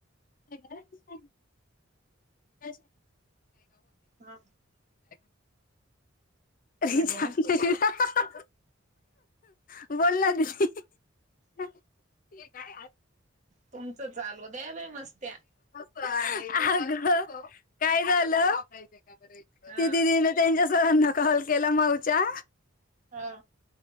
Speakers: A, on the left (about 40°); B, on the right (about 35°).
A: <unintelligible> कुठे आहेस तू?
B: हा
A: <unintelligible> <unintelligible>
B: हॅलो
A: ह बोल लागली. हे काय आत
B: तुमचं चालू दया, बया मस्त्या.
A: अगं काय झालं? <unintelligible>
B: हा
A: ते दिदीन तेच्या सरांना कॉल केला, माऊच्या
B: हा.